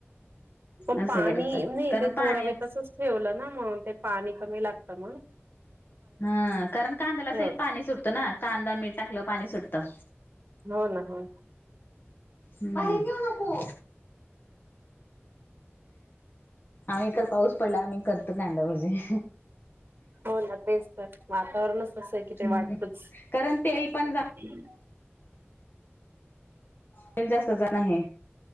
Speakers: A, on the right; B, on the left.
A: पण
B: असं
A: पाणी
B: करायचं
A: नाही
B: कारण
A: ते
B: पाणी
A: थोडा वेळ तसच. ठेवलं ना म्हणून ते पाणी कमी लागत म्हण.
B: हं कारण कांद्याला सहित
A: होत
B: पाणी सुटतं ना कांदा मीठ टाकलं पाणी सुटतं.
A: हो ना हो ना.
B: बाहेर नेऊ नको. आम्ही तर पाऊस पडला आम्ही करतो कांदाभजी.
A: हो ना तेच तर वातावरणच असं आहे
B: हम्म
A: की ते वाटतंच
B: कारण तेल पण
A: हम्
B: तेल जास्त जाण आहे